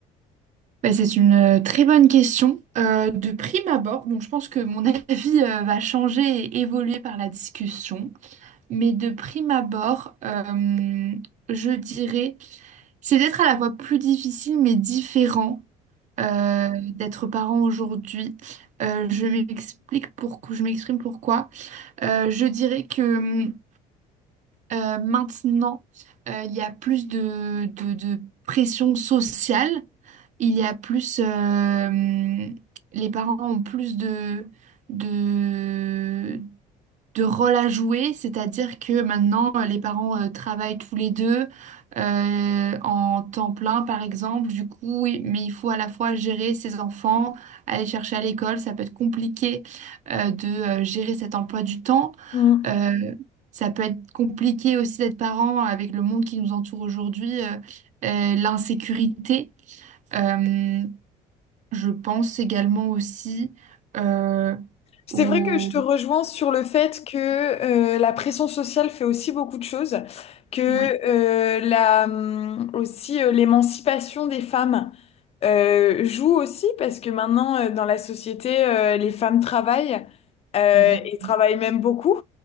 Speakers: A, on the right; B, on the left.
A: Bah, c'est une euh, très bonne question. Euh, de prime abord, bon, je pense que mon <laughs> avis euh, va changer et évoluer par la discussion, mais de prime abord, euh, je dirais, c'est peut-être à la fois plus difficile mais différent euh, d'être parent aujourd'hui. Euh, je m'explique pourquoi, je m'exprime pourquoi. Euh, je dirais que hum, Euh, maintenant, euh, il y a plus de, de, de pression sociale. Il y a plus... euh, les parents ont plus de, de, de rôle à jouer. C'est-à-dire que maintenant, euh, les parents euh, travaillent tous les deux euh, en temps plein, par exemple. Du coup, oui, mais il faut à la fois gérer ses enfants, aller chercher à l'école. Ça peut être compliqué euh, de euh, gérer cet emploi du temps.
B: Mhm.
A: Euh, ça peut être compliqué aussi d'être parent avec le monde qui nous entoure aujourd'hui, euh, euh, l'insécurité. Euh, je pense également aussi euh,
B: C'est
A: au...
B: vrai que je te rejoins sur le fait que euh, la pression sociale fait aussi beaucoup de choses, que
A: Oui,
B: euh, la, hum, aussi euh, l'émancipation des femmes euh, joue aussi parce que maintenant euh, dans la société euh, les femmes travaillent euh,
A: exactement.
B: et travaillent même beaucoup.